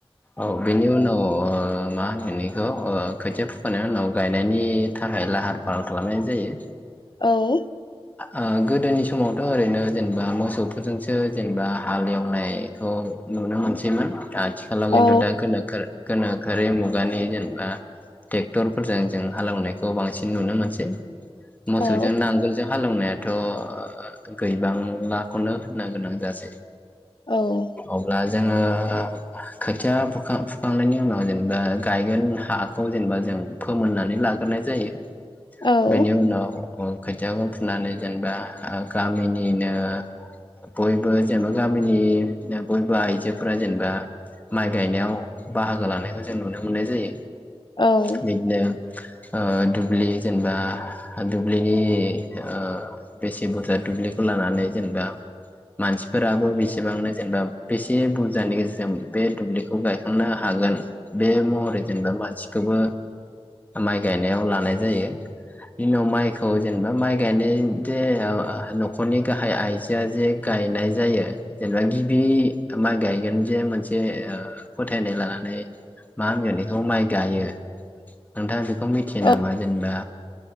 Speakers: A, on the left; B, on the left.
A: औ बेनि उनाव ओ ओ मा होनो बेखौ ओ खोथिया फुखांनायनि उनाव गायनायनि थाखाय लाहार फाहार खालामनाय जायो
B: औ
A: ओ गोदोनि समावथ' ओरैनो जेनेबा मोसौफोरजोंसो जेनेबा हाल एवनायखौ नुनो मोनसैमोन आथिखालाव खिन्थु
B: औ
A: <unintelligible> गोनोखोआरि मुगानि जेनेबा ट्रेक्टरफोरजों जों हालेवनायखौ बांसिन नुनो मोनसै मोसौजों
B: औ
A: नांगोल हालेवनायाथ' गैबांलाखौनो होननो गोनां जासै
B: औ
A: अब्ला जोङो खोथिया फुखां फुखांनायनि उनाव जेनेबा गायगोन हाखौ जेनेबा जों फोमोननानै लाग्रोनाय जायो
B: औ
A: बेनि उनाव अ खो खोथियाखौ फुनानै जेनेबा गामिनिनो बयबो जेनेबा गामिनि बयबो आइजोफोरा जेनेबा माइ गायनायाव बाहागो लानायखौ जों नुनो मोननाय जायो।
B: औ उम
A: बिदिनो ओ दुब्लि जेनेबा दुब्लिनि ओ बेसे बुरजा दुब्लिखौ लानानै जेनेबा मानसिफोराबो बेसेबांनो जेनेबा बेसे बुरजानि गेजेरजों बे दुब्लिखौ गायखांनो हागोन बे महरै जेनेबा मानसि खौबो माइ गायनायाव लानाय जायो। बिनि उनाव माइखौ जेनेबा माइ गायनाय जे नखरनि गाहाय आइजोआ जे गायनाय जायो जेनेबा गिबि माइ गायगोन जे मोनसे फोथायनाय लानानै मा होनगोन बेखौ माइ गायो नोंथाङा बे बेखौ मिथियो नामा
B: औ
A: जेनेबा